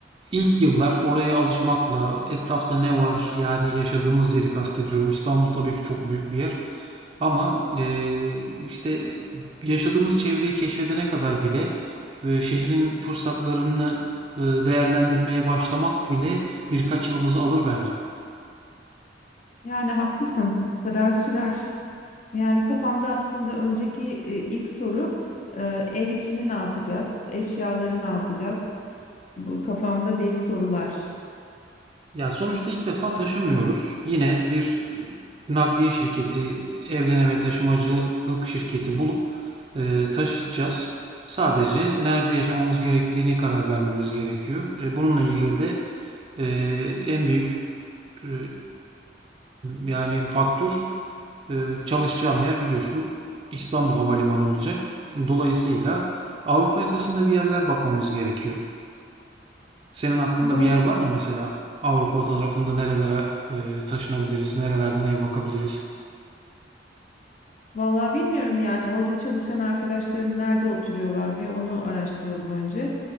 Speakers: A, on the right (about 30°); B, on the left (about 40°).
A: İlk yıllar oraya alışmakla etrafta ne var yani yaşadığımız yeri kastediyorum. İstanbul tabii ki çok büyük bir yer ama eee, işte yaşadığımız çevreyi keşfedene kadar bile e, şehrin fırsatlarını e, değerlendirmeye başlamak bile birkaç yılımızı alır bence.
B: Yani haklısın, o kadar sürer. Yani kafamda aslında önceki e, ilk soru e, ev işini ne yapacağız, eşyaları ne yapacağız? Bu kafamda deli sorular.
A: Ya sonuçta ilk defa taşımıyoruz. Yine bir e, nakliye şirketi, evden eve taşımacılık şirketi bulup e, taşıtacağız. Sadece nerede yaşamamız gerektiğini karar vermemiz gerekiyor. E, bununla ilgili de e, en büyük e, yani faktör e, çalışacağım yer biliyorsun İstanbul Havalimanı olacak. Dolayısıyla Avrupa yakasında bir yerler bakmamız gerekiyor. Senin aklında
B: Bu
A: bir yer var mı mesela? Avrupa tarafında nerelere e, taşınabiliriz, nerelerden ev bakabiliriz?
B: Vallahi bilmiyorum yani orada çalışan arkadaşların nerede oturuyorlar bir onu araştıralım önce.